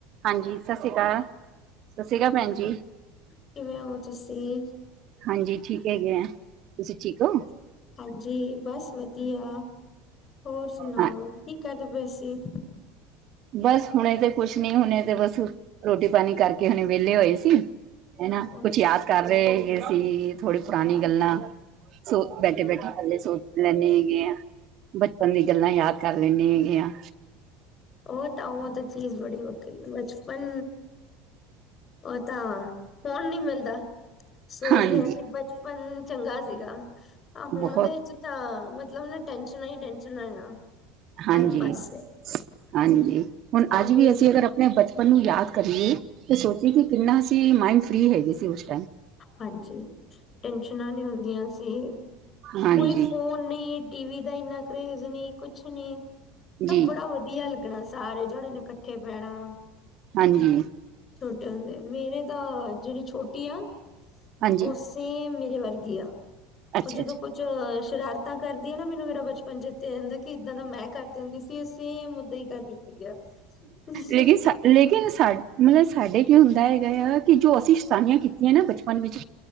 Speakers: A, on the right; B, on the left.
A: ਹਾਂਜੀ, ਸਤਿ ਸ੍ਰੀ ਅਕਾਲ, ਸਤਿ ਸ੍ਰੀ ਅਕਾਲ ਭੈਣ ਜੀ
B: ਕਿਵੇਂ ਹੋ ਤੁਸੀਂ
A: ਹਾਂਜੀ, ਠੀਕ ਹੈਗੇ ਆ। ਤੁਸੀਂ ਠੀਕੋ?
B: ਹਾਂਜੀ, ਬਸ ਵਧੀਆ, ਹੋਰ ਸੁਣਾਓ?
A: ਹਾਂ
B: ਕੀ, ਕਰਦੇ ਪਏ ਸੀ?
A: ਬਸ, ਹੁਣੇ ਤੇ ਕੁਛ ਨਈ, ਹੁਣੇ ਤੇ ਬਸ ਰੋਟੀ-ਪਾਣੀ ਕਰਕੇ, ਹੁਣੇ ਵਿਹਲੇ ਹੋਏ ਸੀ। ਹਨਾ,
B: ਉਹ
A: ਕੁਛ ਯਾਦ ਕਰ ਰਹੇ ਏ ਸੀ, ਥੋੜੀ ਪੁਰਾਣੀ ਗੱਲਾਂ ਸੋ ਬੈਠੇ-ਬੈਠੇ ਇਕੱਲੇ ਸੋਚ ਲੈਂਣੇ ਹੈਗੇ ਆ, ਬਚਪਨ ਦੀਆ ਗੱਲਾਂ, ਯਾਦ ਕਰ ਲੈਂਣੇ ਹੈਗੇ ਆ
B: ਉਹ ਤਾਂ, ਉਹ ਤਾਂ ਚੀਜ਼ ਬੜੀ ਵੱਖਰੀ, ਬਚਪਨ ਉਹ ਤਾਂ ਫ਼ੋਨ ਨਈ ਮਿਲਦਾ, ਸੋਚਦੇ
A: ਹਾਂਜੀ
B: ਆ ਕਿ- ਬਚਪਨ ਚੰਗਾ ਸੀਗਾ, ਆ ਹੁਣ
A: ਬਹੁਤ
B: ਦੇ ਵਿੱਚ ਤਾਂ ਮਤਲਬ ਨਾ, ਟੈਂਸ਼ਨਾਂ ਹੀ ਟੈਂਸ਼ਨ ਆ
A: ਹਾਂਜੀ-ਹਾਂਜੀ
B: ਹਰ ਪਾਸੇ
A: ਹੁਣ
B: ਉਹੀ
A: ਅੱਜ ਵੀ, ਅਸੀਂ ਅਗਰ ਮੈ, ਬਚਪਨ ਨੂੰ ਯਾਦ ਕਰਦੀ ਸੋਚਦੀ ਕਿ, ਕਿੰਨਾ ਅਸੀ ਮਾਇੰਡ ਫ੍ਰਰੀ, ਹੈਗੇ ਸੀ ਉਸ ਟਾਈਮ
B: ਹਾਂਜੀ, ਟੈਸ਼ਨਾਂ ਨਈ ਹੁੰਦੀਆਂ ਸੀ।
A: ਹਾਂਜੀ
B: ਕੋਈ ਫੋਨ ਨਹੀਂ, ਟੀਵੀ ਦਾ ਇੰਨਾ ਕਰੇਜ ਨੀ ਕੁਛ ਨੀ,
A: ਜੀ
B: ਸਭ ਬੜਾ ਵਧੀਆ ਲੱਗਣਾ ਸਾਰੇ ਜਾਣੇ, ਨੂੰ ਇਕੱਠੇ ਬਹਿਣਾ
A: ਹਾਂਜੀ।
B: ਛੋਟੇ ਹੁੰਦੇ, ਮੇਰੇ ਦਾ ਜਿਹੜੀ ਛੋਟੀ ਆ
A: ਹਾਂਜੀ
B: ਉਹ ਸੇਮ ਮੇਰੇ ਵਰਗੀ ਆ,
A: ਅੱਛਾ
B: ਉਹ ਜਦੋਂ
A: ਅੱਛਾ
B: ਕੁਝ 'ਚੋ ਸ਼ਰਾਰਤਾਂ ਕਰਦੀ ਆ ਨਾ, ਮੈਨੂੰ ਮੇਰਾ ਬਚਪਨ ਚੇਤੇ ਆ ਜਾਂਦਾ ਕਿ, ਇੱਦਾਂ ਤਾਂ ਮੈਂ ਕਰਦੀ ਹੁੰਦੀ ਸੀ। ਕਿ ਅਸੀਂ ਮੁੱਦਾ ਈ ਕਰ ਦਿੱਤੀ ਆ ਹਾਂਜੀ।
A: ਲੇਕਿਨ ਸਾ ਲੇਕਿਨ ਸਾ ਮਤਲਬ, ਸਾਡੇ ਕੀ ਹੁੰਦਾ ਹੈਗਾ ਆ, ਕਿ ਜੋ ਅਸੀਂ, ਸ਼ੈਤਾਨੀਆਂ ਕੀਤੀਆਂ ਨਾ ਬਚ ਬਚਪਨ ਵਿੱਚ,